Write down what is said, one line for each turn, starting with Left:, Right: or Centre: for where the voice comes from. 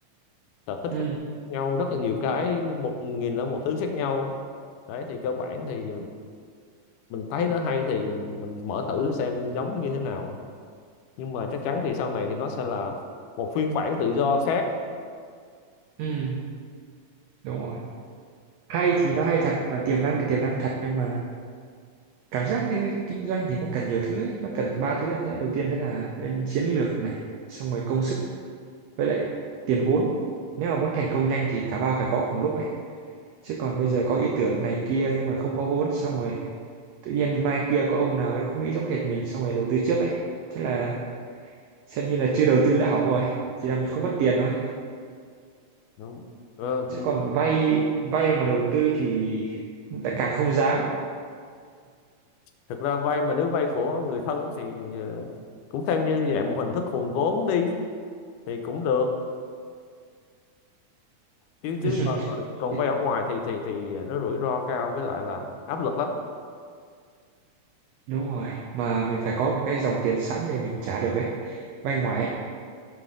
Left: sở thích
Right: ừ
Left: khác nhau rất là nhiều cái một nghìn là một thứ khác nhau đấy thì cơ bản thì mình thấy nó hay thì mình mở thử xem giống như thế nào nhưng mà chắc chắn thì sau này thì nó sẽ là một phiên bản tự do khác
Right: ừ đúng rồi hay thì nó hay thật mà tiềm năng thì tiềm năng thật nhưng mà cảm giác như kinh doanh thì nó cần nhiều thứ ấy. nó cần ba thứ thế đầu tiên đó là lên chiến lược này xong rồi công sức với lại tiền vốn nếu mà muốn thành công nhanh thì cả ba phải có cùng lúc ấy chứ còn bây giờ có ý tưởng này kia nhưng mà không có vốn xong rồi tự nhiên mai kia có ông nào ấy cũng nghĩ giống hệt mình xong rồi đầu tư trước ấy thế là xem như là chưa đầu tư đã hỏng rồi chỉ là mình không mất tiền thôi
Left: Đúng. ờ,
Right: chứ
Left: ừ,
Right: còn vay vay mà đầu tư thì lại càng không dám
Left: thực ra vay mà nếu vay của người thân thì ờ, cũng xem như dạng một hình thức hùn vốn đi thì cũng được chứ chứ
Right: <laughs>
Left: mà còn
Right: Thì-
Left: vay ở ngoài thì thì thì nó rủi ro cao với lại là áp lực lắm
Right: đúng rồi mà mình phải có một cái dòng tiền sẵn để mình trả được ấy vay ngoài ấy.